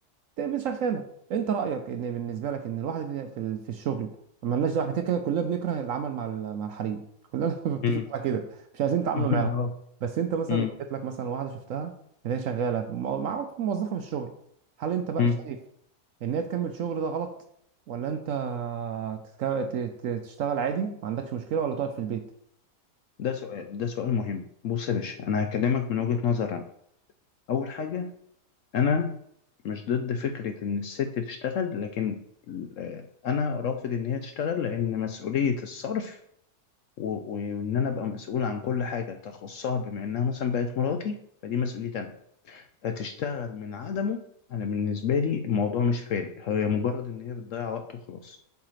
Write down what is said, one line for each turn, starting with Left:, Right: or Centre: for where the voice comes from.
Right: تقابل شغاله انت رايك ان بالنسبه لك ان الواحد في في في الشغل ما لناش دعوه احنا كده كده كلنا بنكره العمل مع ال- مع الحريم كلنا <laughs> متفقين
Left: مم.
Right: على كده مش عايزين نتعاملوا
Left: <laughs>
Right: معاهم
Left: أهو.
Right: بس انت مثلا
Left: مم.
Right: لو جات لك مثلا واحده شفتها اللي هي شغاله في مو- مع في موظفه في الشغل هل انت بقى
Left: مم.
Right: شايف ان هي تكمل شغل ده غلط ولا انت تتك- ت- ت- تشتغل عادي ما عندكش مشكله ولا تقعد في البيت
Left: ده سؤال ده سؤال مهم بص يا باشا انا هكلمك من وجهة نظر انا اول حاجة انا مش ضد فكرة ان الست تشتغل لكن آه، انا رافض ان هي تشتغل لان مسؤولية الصرف و- وان انا ابقى مسؤول عن كل حاجه تخصها بما انها مثلا بقت مراتي فدي مسؤوليتي انا فتشتغل من عدمه انا بالنسبه لي الموضوع مش فارق هي مجرد ان هي بتضيع وقت وخلاص